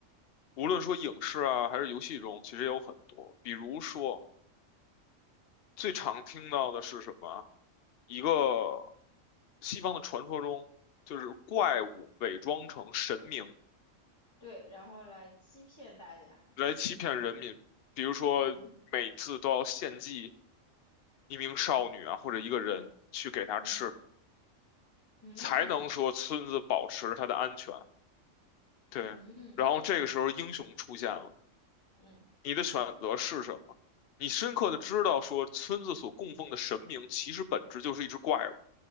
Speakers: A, on the left; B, on the left.
A: 无论说影视啊，还是游戏中，其实也有很多。比如说，最常听到的是什么？一个西方的传说中，就是怪物伪装成神明。
B: 对，然后来欺骗大家，
A: 来欺骗人民，比如说每次都要献祭
B: 嗯
A: 一名少女啊，或者一个人去给她吃，
B: 嗯嗯
A: 才能说村子保持它的安全。对，
B: 嗯
A: 然后这个时候英雄出现了，
B: 嗯，
A: 你的选择是什么？你深刻的知道说村子所供奉的神明其实本质就是一只怪物，